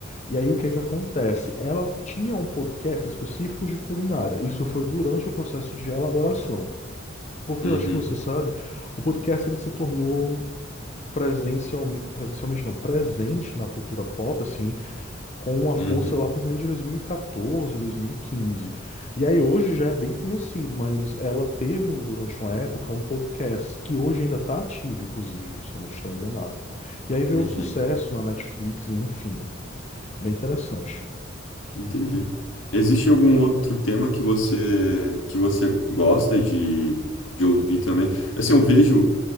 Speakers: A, on the left; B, on the left.
A: E aí o que é que acontece? Ela tinha um podcast específico de culinária. Isso foi durante o processo de elaboração. Porque
B: Uhum,
A: eu acho que você sabe, o podcast ele se tornou presencialmente, presencialmente não, presente na cultura pop, assim, com uma
B: uhum,
A: força lá por meio de 2014, 2015. E quatorze, dois mil e quinze. E aí hoje já é bem conhecido, mas ela teve um- durante uma época um podcast que hoje ainda está ativo, inclusive, se eu não estou enganado. E aí veio
B: uhum.
A: o sucesso na Netflix, e enfim, bem interessante.
B: Entendi. Existe algum outro tema que você que você gosta de, de ouvir também? Assim, eu vejo,